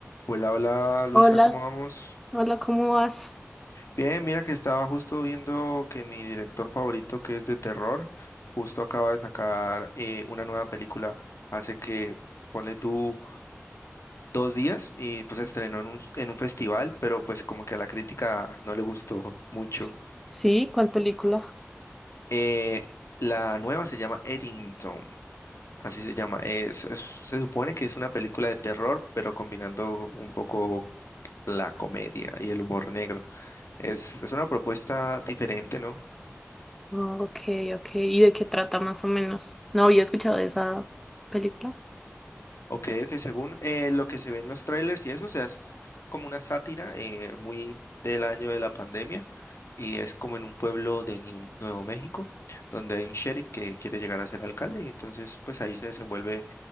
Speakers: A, on the left; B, in the centre.
A: Hola, hola Luisa,
B: Hola,
A: ¿cómo vamos?
B: hola, ¿cómo vas?
A: Bien, mira que estaba justo viendo que mi director favorito, que es de terror, justo acaba de sacar eh, una nueva película hace que, ponle tú, dos días y pues se estrenó en un, en un festival, pero pues como que a la crítica no le gustó <laughs> mucho.
B: S- Sí, ¿cuál película?
A: Eh, la nueva se llama Eddington, así se llama. Es- es- se supone que es una película de terror, pero combinando un poco la comedia y el humor negro. Es, es una propuesta diferente, ¿no?
B: Ah, ok, ok. ¿Y de qué trata más o menos? No había escuchado de esa película.
A: Ok, que según eh, lo que se ve en los trailers y eso, o sea, es como una sátira eh, muy del año de la pandemia y es como en un pueblo de Niu- Nuevo México, donde hay un sheriff que quiere llegar a ser alcalde y entonces pues ahí se desenvuelve